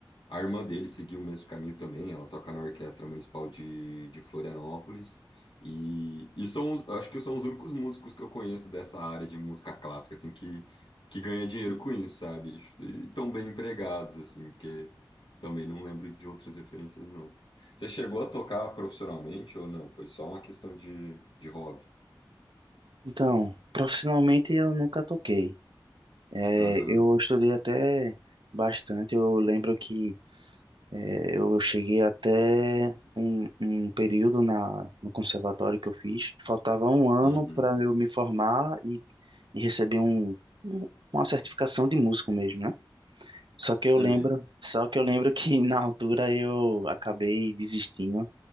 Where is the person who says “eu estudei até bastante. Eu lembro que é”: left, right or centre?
Right